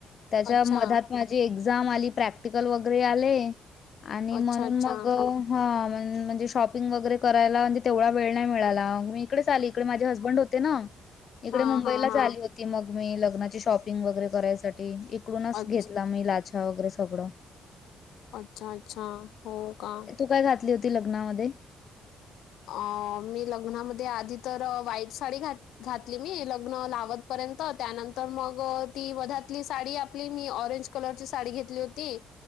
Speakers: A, on the left; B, on the left.
A: तेच्या
B: अच्छा,
A: मधात माझी एक्झाम आली. प्रॅक्टिकल वगैरे आले. आणि
B: अच्छा,
A: म्हणून
B: अच्छा.
A: मग, हा म्हणजे शॉपिंग वगैरे करायला म्हणजे तेवडा वेळ नाही मिळाला. मी इकडेच आली इकडे माझे हसबंड होते ना. इकडे
B: हां,
A: मुंबईलाच
B: हां, हां.
A: आली हो ती मग मी लग्नाची शॉपिंग वगैरे करायसाठी. इकडूनच
B: अच्छ
A: घेतला मी लाछा वगैरे सगळं.
B: अच्छा, अच्छा. हो का?
A: तु काय घातली होती. लग्नामध्ये?
B: अ मी लग्नामध्ये आधी तर व्हाईट साडी घात घातली मी. लग्न लावतपर्यंत. त्यानंतर मग ती वधतली साडी आपली मी ऑरेंज कलरची साडी घेतली होती.